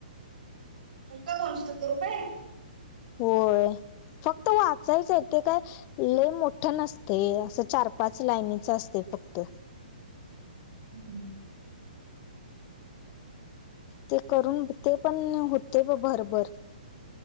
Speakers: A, on the right; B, on the left.
A: फक्त दोनशे सत्तर रुपये?
B: होय फक्त वाचायचं आहे ते काय. ले मोठं नसते असं चार पाच लाईनीच असते फक्त.
A: हम्म
B: ते करून ते पण होते भरभर.